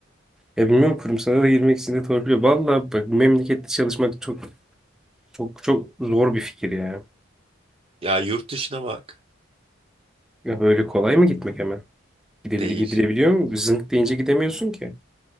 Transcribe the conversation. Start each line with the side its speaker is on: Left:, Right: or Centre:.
Centre: ya bilmiyorum kurumsala da girmek için de torpiliyor. Valla bak memlekette çalışmak çok çok çok zor bir fikir ya.
Right: ya yurt dışına bak.
Centre: Ya böyle kolay mı gitmek hemen? Gidebili
Right: Değil.
Centre: gidilebiliyor mu? Zınk deyince gidemiyorsun ki.